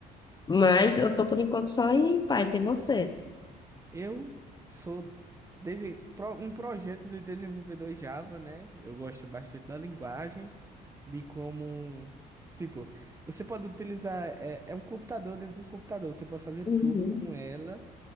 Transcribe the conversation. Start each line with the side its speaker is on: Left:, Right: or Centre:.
Left: Mas eu tô por enquanto só em Python, e você?
Right: Eu sou desen- pro- um projeto de desenvolvedor Java, né? Eu gosto bastante da linguagem, de como. Tipo, você pode utilizar. É, é um computador dentro de um computador, você pode fazer
Left: Uhum.
Right: tudo com ela,